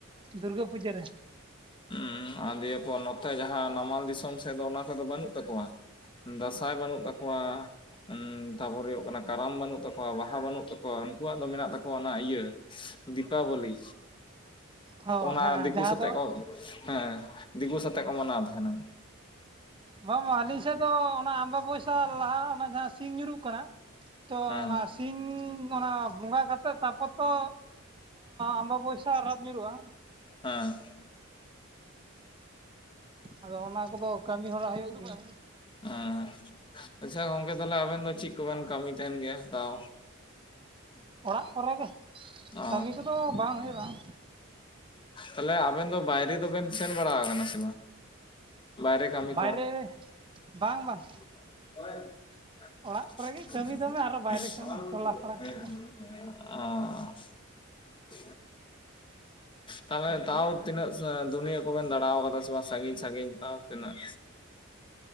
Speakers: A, on the right (about 25°); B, on the left (about 25°).
A: ᱫᱩᱨᱜᱟᱹ ᱯᱩᱡᱟᱹ ᱨᱮ ᱾
B: ᱦᱩᱸ ᱟ ᱫᱤᱭᱮ ᱯᱚᱨ ᱱᱚᱛᱮ ᱡᱟᱦᱟᱸ ᱱᱟᱢᱟᱞ ᱫᱤᱥᱚᱢ ᱥᱮᱫ ᱫᱚ ᱚᱱᱟ ᱠᱚᱫᱚ ᱵᱟᱹᱱᱩᱜ ᱛᱟᱠᱣᱟ ᱾ ᱫᱟᱥᱟᱭ ᱵᱟᱱᱩᱜ ᱛᱟᱠᱚᱣᱟ ᱦᱩᱸ, ᱛᱟᱯᱚᱨ ᱦᱳᱭᱳᱜ ᱠᱟᱱᱟ ᱠᱟᱨᱟᱢ ᱵᱟᱹᱱᱩᱜ ᱛᱟᱠᱚᱣᱟ ᱵᱟᱦᱟ ᱵᱟᱹᱱᱩᱜ ᱛᱟᱠᱚᱣᱟ, ᱩᱱᱩᱠᱩ ᱣᱟᱜ ᱫᱚ ᱢᱮᱱᱟᱜ ᱛᱟᱠᱚᱣᱟ ᱚᱱᱟ ᱤᱭᱟᱹ, ᱫᱤᱯᱟᱵᱚᱞᱤ
A: ᱚ
B: ᱚᱱᱟ
A: ᱦᱮᱸ
B: ᱫᱤᱠᱩ
A: ᱡᱟᱦᱟᱸ
B: ᱥᱟᱛᱮᱜ
A: ᱫᱚ
B: ᱠᱚ ᱦᱮᱸ ᱫᱤᱠᱩ ᱥᱟᱛᱮᱜ ᱠᱚ ᱢᱟᱱᱟᱣ ᱛᱟᱦᱮᱱᱟ ᱾
A: ᱵᱟᱝ ᱵᱟᱝ ᱟᱹᱞᱤᱧ ᱥᱮᱫ ᱫᱚ ᱚᱱᱟ ᱟᱢᱟᱵᱟ‌ ᱵᱳᱥ ᱥᱟ ᱞᱟᱦᱟ ᱚᱱᱟ ᱡᱟᱦᱟᱸ ᱥᱤᱧ ᱧᱩᱨᱩᱜ ᱠᱟᱱᱟ ᱛᱚ
B: ᱦᱮᱸ
A: ᱚᱱᱟ ᱥᱤᱧ ᱚᱱᱟ ᱵᱚᱸᱜᱟ ᱠᱟᱛᱮᱫ ᱛᱟᱯᱚᱨ ᱛᱚ ᱟᱢᱟᱵᱟᱭᱥᱟᱹ ᱨᱟᱛ ᱧᱩᱨᱦᱩᱜᱼᱟ ᱾
B: ᱦᱮᱸ᱾
A: ᱟᱫᱚ ᱚᱱᱟ ᱠᱚᱫᱚ ᱠᱟᱹᱢᱤ ᱦᱚᱨᱟ ᱦᱳᱭᱳᱜ ᱜᱮᱭᱟ᱾
B: ᱮᱸ ᱟᱪᱪᱷᱟ ᱜᱚᱝᱠᱮ ᱛᱟᱦᱞᱮ ᱟᱵᱮᱱ ᱫᱚ ᱪᱤᱜ ᱠᱩᱵᱮᱱ ᱠᱟᱹᱢᱤ ᱛᱟᱦᱮᱱ ᱜᱮᱭᱟ ᱛᱟᱣ?
A: ᱚᱲᱟᱜ ᱠᱚᱨᱮ ᱜᱮ
B: ᱚ
A: ᱠᱟᱹᱢᱤ ᱠᱚᱫᱚ ᱵᱟᱝ ᱦᱳᱭᱳᱜᱼᱟ ᱾
B: ᱛᱟᱦᱚᱞᱮ ᱟᱵᱮᱱ ᱫᱚ ᱵᱟᱭᱨᱮ ᱫᱚᱵᱮᱱ ᱥᱮᱱ ᱵᱟᱲᱟ ᱟᱠᱟᱱᱟ ᱥᱮ ᱵᱟᱝ? ᱵᱟᱭᱨᱮ ᱠᱟᱹᱢᱤ
A: ᱵᱟᱭᱨᱮ
B: ᱠᱚ
A: ᱵᱟᱝ ᱵᱟᱝ᱾
B: <unintelligible> <unintelligible>
A: ᱚᱲᱟᱜ ᱠᱚᱨᱮ ᱜᱮ ᱠᱟᱹᱢᱤ ᱫᱚᱢᱮ ᱟᱨᱚ ᱵᱟᱭᱨᱮ ᱠᱟᱹᱢᱤ ᱴᱚᱞᱟ ᱯᱟᱲᱟ
B: <unintelligible>
A: ᱠᱚᱨᱮ
B: ᱛᱟᱦᱞᱮ ᱛᱟᱣ
A: ᱫᱚ
B: ᱛᱤᱱᱟᱹᱜ ᱫᱩᱱᱭᱟᱹ ᱠᱚᱵᱮᱱ ᱫᱟᱬᱟᱣ ᱠᱟᱫᱟ ᱥᱮ ᱵᱟᱝ? ᱥᱟᱺᱜᱤᱧ ᱥᱟᱺᱜᱤᱧ ᱛᱟᱣ ᱛᱮᱱᱟᱹᱜ?